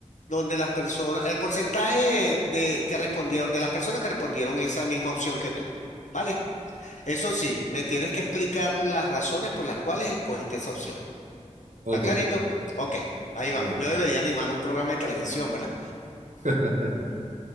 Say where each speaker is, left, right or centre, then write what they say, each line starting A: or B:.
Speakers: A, on the left (about 75°); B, on the right (about 75°).
A: donde las personas, el porcentaje de que respondieron, de las personas que respondieron esa misma opción que tú. ¿Vale? Eso sí, me tienes que explicar las razones por las cuales escogiste esa opción.
B: Ok,
A: ¿Está clarito? Ok, ahí vamos.
B: bien.
A: Yo debería animar un programa de televisión, ¿verdad?
B: <laughs>